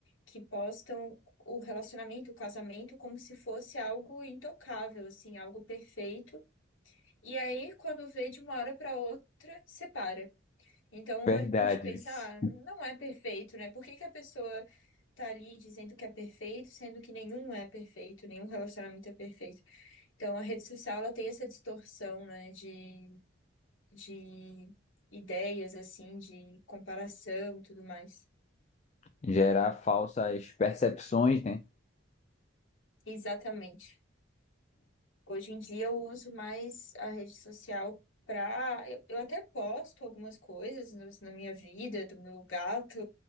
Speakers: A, on the left (about 75°); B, on the left (about 35°).
A: que postam o relacionamento, o casamento, como se fosse algo intocável, assim, algo perfeito. E aí, quando vê de uma hora para outra, separa. Então
B: verdade,
A: a gente pensa,
B: vice.
A: ah, não é perfeito, né? Por que que a pessoa tá ali dizendo que é perfeito, sendo que nenhum é perfeito, nenhum relacionamento é perfeito. Então, a rede social ela tem essa distorção, né, de, de ideias, assim, de comparação e tudo mais.
B: Gerar falsas percepções, né?
A: Exatamente. Hoje em dia eu uso mais a rede social para. Eu, eu até posto algumas coisas no- na minha vida, do meu gato,